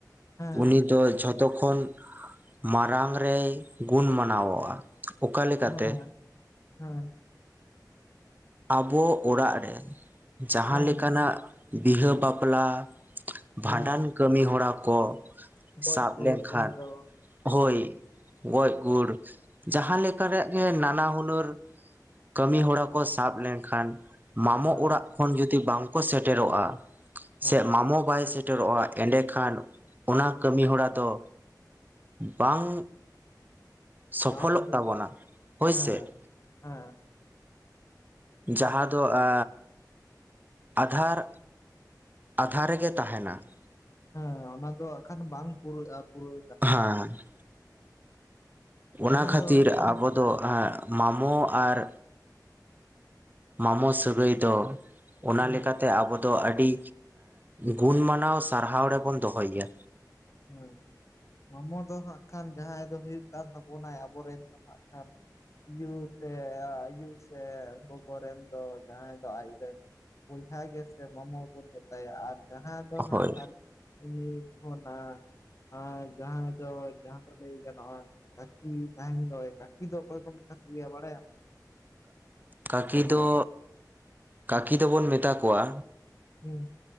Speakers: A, on the left; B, on the right.
A: ᱦᱮᱸ
B: ᱩᱱᱤ ᱫᱚ ᱡᱷᱚᱛᱚ ᱠᱷᱚᱱ ᱢᱟᱨᱟᱝ ᱨᱮᱭ ᱜᱩᱱ ᱢᱟᱱᱟᱣᱚᱜᱼᱟ᱾ ᱚᱠᱟ ᱞᱮᱠᱟᱛᱮ
A: ᱦᱮᱸ, ᱦᱮᱸ᱾
B: ᱟᱵᱚ ᱚᱲᱟᱜ ᱨᱮ ᱡᱟᱦᱟᱸ
A: ᱦᱮᱸ
B: ᱞᱮᱠᱟᱱᱟᱜ ᱵᱤᱦᱟᱹ ᱵᱟᱯᱞᱟ᱾ ᱵᱷᱟᱸᱰᱟᱱ
A: ᱦᱮᱸ
B: ᱠᱟᱹᱢᱤ ᱦᱚᱨᱟ ᱠᱚ
A: ᱜᱚᱡ
B: ᱥᱟᱵ
A: ᱜᱩᱨ
B: ᱞᱮᱱᱠᱷᱟᱱ,
A: ᱡᱟᱦᱟᱸ ᱫᱚ
B: ᱦᱳᱭ, ᱜᱚᱡᱜᱩᱨ ᱡᱟᱦᱟᱸ ᱞᱮᱠᱟᱱᱟᱜ ᱜᱮ ᱱᱟᱱᱟ ᱦᱩᱱᱟᱹᱨ ᱠᱟᱹᱢᱤ ᱦᱚᱨᱟ ᱠᱚ ᱥᱟᱵ ᱞᱮᱱᱠᱷᱟᱱ ᱢᱟᱢᱚ
A: ᱦᱮᱸ
B: ᱚᱲᱟᱜ ᱡᱩᱫᱤ ᱵᱟᱝ ᱠᱚ ᱥᱮᱴᱮᱨᱚᱜᱼᱟ
A: ᱦᱮᱸ
B: ᱥᱮ ᱢᱟᱢᱚ ᱵᱟᱭ ᱥᱮᱴᱼᱼ ᱥᱮᱴᱮᱨᱚᱜᱼᱟ ᱮᱸᱰᱮᱠᱷᱟᱱ ᱚᱱᱟ ᱠᱟᱹᱢᱤ ᱦᱚᱨᱟ ᱫᱚ ᱵᱟᱝ ᱥᱚᱯᱷᱚᱞᱚᱜ
A: ᱵᱟᱝ ᱦᱩᱭ
B: ᱛᱟᱵᱚᱱᱟ ᱦᱚᱭ
A: ᱦᱮᱸ
B: ᱥᱮ ᱾
A: ᱦᱮᱸ
B: ᱡᱟᱦᱟᱸ
A: ᱮᱠᱫᱚᱢ
B: ᱫᱚ ᱟᱻ ᱟᱫᱷᱟᱨ, ᱟᱫᱷᱟᱨ ᱨᱮᱜᱮ ᱛᱟᱦᱮᱱᱟ ᱾
A: ᱦᱮᱸ ᱚᱱᱟ ᱫᱚ ᱮᱠᱷᱟᱱ ᱵᱟᱝ ᱯᱩᱨᱟ, -ᱟ ᱯᱩᱨᱟᱹᱼᱼ
B: ᱦᱟᱸ ᱦᱟᱸ
A: ᱡᱟᱦᱟᱸ
B: ᱚᱱᱟ ᱠᱷᱟᱹᱛᱤᱨ
A: ᱫᱚ ᱦᱟᱸᱜ ᱠᱷᱟᱱ
B: ᱟᱵᱚ ᱫᱚ ᱢᱟᱢᱚ ᱟᱨᱼᱼ ᱢᱟᱢᱚ ᱥᱟᱹᱜᱟᱹᱭ ᱫᱚ ᱚᱱᱟ
A: ᱦᱮᱸ
B: ᱞᱮᱠᱟᱛᱮ ᱟᱵᱚ ᱫᱚ ᱟᱹᱰᱤ ᱜᱩᱱ ᱢᱟᱱᱟᱣ ᱥᱟᱨᱦᱟᱣ ᱨᱮᱵᱚᱱ ᱫᱚᱦᱚᱭ ᱜᱮᱭᱟ᱾
A: ᱦᱮᱸ ᱢᱟᱢᱚ ᱫᱚ ᱦᱟᱸᱜ ᱠᱷᱟᱱ ᱡᱟᱦᱟᱸᱭ ᱫᱚ ᱦᱩᱭᱩᱜ ᱠᱟᱱ ᱛᱟᱵᱚᱱᱟᱭ ᱟᱵᱚᱨᱮᱱ ᱫᱚ ᱦᱟᱸᱜ ᱠᱷᱟᱱᱼᱼ ᱭᱩ ᱥᱮ ᱟᱭᱩ ᱥᱮ ᱜᱚᱜᱚ ᱨᱮᱱ ᱫᱚ ᱡᱟᱦᱟᱸᱭ ᱫᱚ ᱟᱡ ᱨᱮᱱ ᱵᱚᱭᱦᱟ ᱜᱮᱥᱮ ᱢᱟᱢᱚ ᱵᱚᱱ ᱢᱮᱛᱟᱭᱟ ᱾ ᱟᱨ ᱡᱟᱦᱟᱸᱭ ᱫᱚ ᱦᱟᱸᱜ
B: ᱦᱳᱭ
A: ᱠᱷᱟᱱ ᱩᱱᱤ ᱠᱷᱚᱱ ᱦᱮᱸ ᱮᱸ ᱡᱟᱦᱟᱸᱭ ᱫᱚ ᱡᱟᱦᱟᱸᱫᱚ ᱞᱟᱹᱭ ᱜᱟᱱᱚᱜᱼᱟᱼᱼ ᱠᱟᱠᱤ ᱛᱟᱦᱮᱱ ᱫᱚᱭ, ᱠᱟᱠᱤ ᱫᱚ ᱚᱠᱚᱭ ᱠᱚ ᱢᱮᱛᱟᱠᱚᱣᱟ ᱵᱟᱲᱟᱭᱟᱢ?
B: ᱠᱟᱠᱤ ᱫᱚ, ᱠᱟᱠᱤ ᱫᱚᱵᱚᱱ ᱢᱮᱛᱟ ᱠᱚᱣᱟ
A: <unintelligible>